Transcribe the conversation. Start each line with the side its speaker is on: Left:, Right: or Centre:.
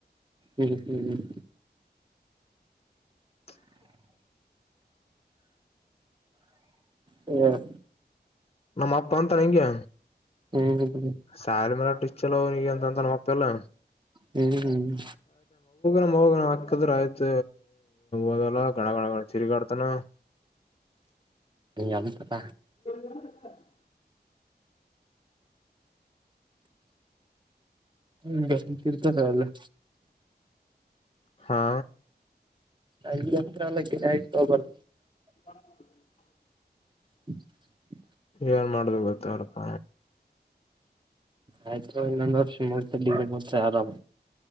Right: ಹ್ಮ್ ಹ್ಮ್ ಹ್ಮ್.
Left: <inaudible>
Right: ಹ್ಮ.
Left: ನಮ್ಮ ಅಪ್ಪ ಅಂತಾಳೆ ಇಂಗೆ.
Right: ಹ್ಮ್.
Left: ಸ್ಯಾರಿ ಮಲೆಟ ಚೊಲೋ ಅವನಿಗೆ ಅಂತ ಅಂತಾನ ನಮ್ಮಪೆಲ್ಲ.
Right: ಹ್ಮ್ ಹ್ಮ್.
Left: ನಮ್ಮ ಹೋಗಣ ಹಾಕದ್ರ ಆಯ್ತ ಓದಲ್ಲ ಗಣ ಗಣ ಗಣ ತೀರ್ಗ್ಯಾಡ್ತನ.
Right: ಎಂತದ.
Left: <inaudible> <inaudible>
Right: ಹ್ಮ್ ಬ್ಯಾಸಿಗ್ ಕಿರ್ಚದ ಅಲ್ಲೆ.
Left: ಹಾ.
Right: ಈ ಒತ್ರಲ್ಲ ಕೆ ತ ಬ್ರಾದ.
Left: ಹ. <inaudible>
Right: <inaudible>
Left: ಏನ್ ಮಾಡುದು ಗೊತ್ತಲಪ್ಪ.
Right: ಆಯ್ತ್ ತೊಗೊ ಇನ್ನೊಂದ್ ವರ್ಷ ಮೂತ ಡಿಗ್ರಿ ಮುಗೀತ ಆರಾಮ.